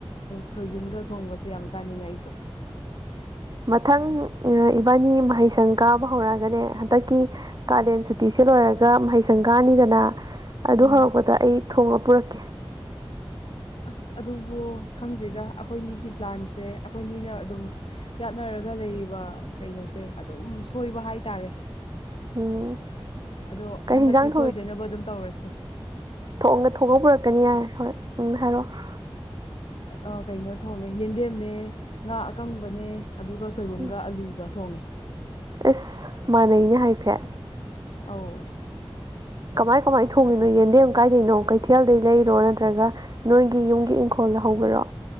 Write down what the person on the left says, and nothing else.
ꯁꯣꯏꯖꯤꯟꯒ ꯊꯣꯡꯕꯁꯦ ꯌꯥꯝ ꯆꯥꯅꯤꯡꯉꯦ ꯑꯩꯁꯨ ꯫
ꯎꯝ
ꯑꯁ ꯑꯗꯨꯕꯨ ꯈꯪꯗꯦꯗ ꯑꯩꯈꯣꯏꯅꯤꯒꯤ ꯄ꯭ꯂꯥꯟꯁꯦ ꯑꯩꯈꯣꯏꯅꯤꯅ ꯑꯗꯨꯝ ꯌꯥꯠꯅꯔꯒ ꯂꯩꯔꯤꯕ ꯀꯩꯅꯣꯁꯦ ꯑꯗꯨꯝ ꯁꯣꯏꯕ ꯍꯥꯏꯇꯥꯔꯦ ꯫
ꯑꯗꯣ
ꯍꯟꯗꯛꯇꯤ
ꯁꯣꯏꯗꯅꯕ ꯑꯗꯨꯝ ꯇꯧꯔꯁꯦ ꯫
ꯑꯥ ꯀꯩꯅꯣ ꯊꯣꯡꯉꯦ ꯌꯦꯟꯗꯦꯝꯅꯦ ꯉꯥ ꯑꯀꯪꯕꯅꯦ ꯫ ꯑꯗꯨꯒ ꯁꯣꯏꯕꯨꯝꯒ
ꯑꯂꯨꯒ ꯊꯣꯡꯉꯦ ꯫
ꯑꯧ